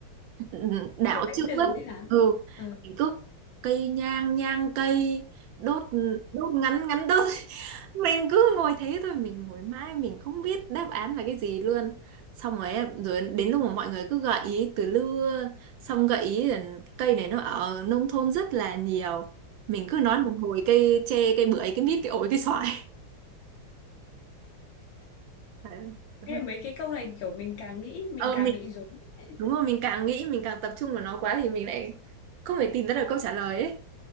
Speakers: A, on the right; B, on the left.
A: Ừ, đảo
B: Kiểu đáy
A: chữ
B: từ
A: ấy.
B: ấy hả?
A: ừ
B: Ừ.
A: thì cứ cây nhang nhang cây đốt đốt ngắn ngắn đốt <laughs> mình cứ ngồi thế thôi mình ngồi mãi mình không biết đáp án là cái gì luôn xong rồi em- rồi đến lúc mà mọi người cứ gợi ý từ lưa xong gợi ý là cây này nó ở nông thôn rất là nhiều mình cứ nói một hồi cây tre cây bưởi cây mít cây ổi cây xoài Đấy, đúng
B: Ê,
A: rồi.
B: mấy cái câu này kiểu mình càng nghĩ mình
A: Ờ,
B: càng
A: mình
B: bị rối. ấy.
A: đúng rồi mình càng nghĩ mình càng tập trung vào nó quá thì mình lại không thể tìm ra được câu trả lời ấy